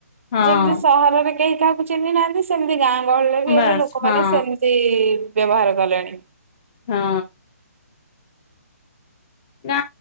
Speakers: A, on the left; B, on the right.
A: ହଁ
B: ଯେମିତି ସହରରେ କେହି କାହାକୁ ଚିହ୍ନି ନାହାନ୍ତି ସେମିତି ଗାଁ ଗହଳିରେ ବି
A: ବାସ୍
B: ଏବେ ଲୋକମାନୋନ
A: ହଁ
B: ସେମି ସେ ଇ ବ୍ୟବହାର କଲେଣି।
A: ହଁ। ନା